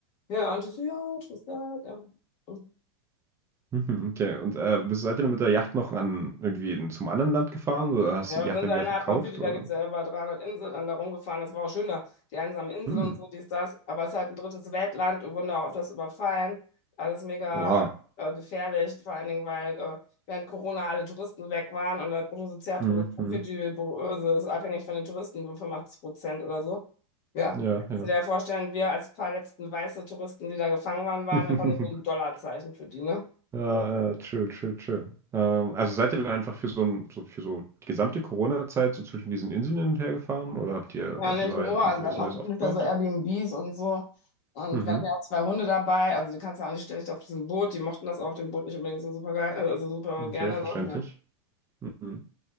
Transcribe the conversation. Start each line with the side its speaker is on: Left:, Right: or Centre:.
Left: Ja, und die so, ja, tschüss, ja. ja. Mhm.
Right: Mhm, okay. Und äh, bist, seid ihr dann mit der Yacht noch an irgendwie in, zum anderen Land gefahren oder hast
Left: Ja,
Right: du die
Left: wir
Right: Yacht
Left: sind
Right: dann
Left: da
Right: wieder
Left: innerhalb
Right: verkauft?
Left: von Fidschi, da
Right: Oder?
Left: gibt es ja über 300 Inseln, dann da rumgefahren. Das war auch schön da, die einsamen Inseln
Right: Hm.
Left: und so, dies, das. Aber es ist halt ein drittes Weltland. Wir wurden da auch auf das überfallen. Alles mega
Right: Oha.
Left: äh, äh, gefährlich, vor allen Dingen, weil äh, während Corona alle Touristen weg waren und das Bruttosozialprodukt
Right: Mhm.
Left: von
Right: mhm.
Left: Fidschi böse ist abhängig von den Touristen, 85 Prozent oder so. Ja,
Right: Ja,
Left: kannst
Right: ja.
Left: du dir ja vorstellen, wir als paar letzten weiße Touristen, die da gefangen waren, waren
Right: <laughs>
Left: einfach nur so ein Dollarzeichen für die, ne?
Right: Ja, ja, true, true, true. Ähm, also seid ihr dann einfach für so ein, so für so die gesamte Corona-Zeit so zwischen diesen Inseln hin und her gefahren oder habt ihr
Left: Ja,
Right: euch
Left: nicht
Right: neu,
Left: nur,
Right: irgendwie
Left: also wir
Right: was
Left: hatten
Right: Neues
Left: auch wirklich
Right: aufgebaut?
Left: da so Airbnbs und so. Und
Right: Mhm.
Left: wir hatten ja auch zwei Hunde dabei. Also die kannst du ja auch nicht ständig auf diesem Boot. Die mochten das auch, dem Boot nicht unbedingt so super geil, also super
Right: Okay,
Left: gerne.
Right: verständlich.
Left: Ne? Ja.
Right: Mhm.